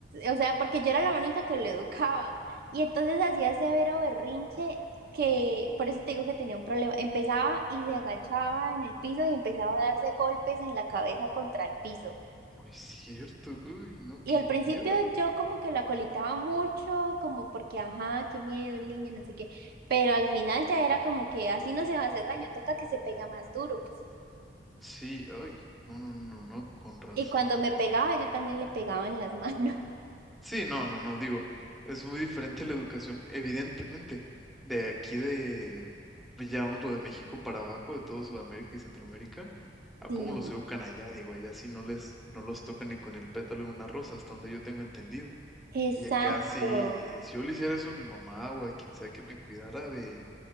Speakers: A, on the right (about 55°); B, in the centre.
A: o sea, porque yo era la única que lo educaba. Y entonces hacía severo berrinche que, por eso te digo que tenía un problema. Empezaba y se agachaba en el piso y empezaba a darse golpes en la cabeza contra el piso.
B: no es cierto. Uy, no,
A: Y
B: qué
A: al
B: miedo.
A: principio yo como que la colitaba mucho, como porque, ajá, qué miedo el niño, no sé qué, pero al final ya era como que así no se va a hacer daño, toca que se pega más duro. pues.
B: Sí, ay. No, no, no, no, con razón.
A: Y cuando me pegaba, yo también le pegaba en las manos. <laughs>
B: Sí, no, no, no, digo, es muy diferente la educación, evidentemente, de aquí de, llamémoslo de México para abajo, de todo Sudamérica y Centroamérica, a
A: Sí,
B: cómo los educan allá, digo, allá sí no les, no los tocan ni con el pétalo de una rosa, hasta donde yo tengo entendido.
A: exacto.
B: Y acá sí, eh, si yo le hiciera eso a mi mamá o a quien sea que me cuidara de